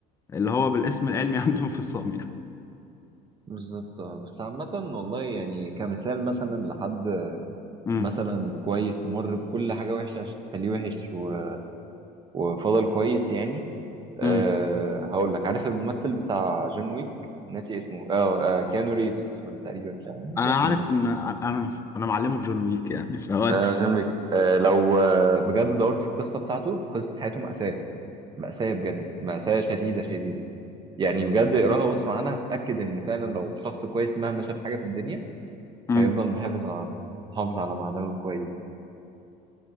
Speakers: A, on the left; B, on the right.
A: اللي هو بالاسم العلمي <laughs> عندهم في الصام يعني
B: بالظبط آه. بس عامة والله يعني كمثال مثلا لحد
A: امم
B: مثلا كويس ومر بكل حاجة وحشة عشان تخليه وحش و... وفضل كويس يعني أه
A: امم
B: هقول لك عارف الممثل بتاع جون ويك ناسي اسمه اه آه، كيانو ريفز ولا تقريبا مش عارف يعني
A: انا
B: بيكون
A: عارف
B: ايه
A: ان انا انا معلمه بجون ويك يعني فودي
B: آه، جون ويك آه لو آه بجد دورت في القصة بتاعته قصة حياته مأساة مأساة بجد مأساة شديدة شديدة يعني بجد اقراها واسمع عنها هتتأكد إن فعلا لو شخص كويس مهما شاف حاجة في الدنيا
A: امم.
B: فيفضل محافظ على محافظ على معدنه الكويس ده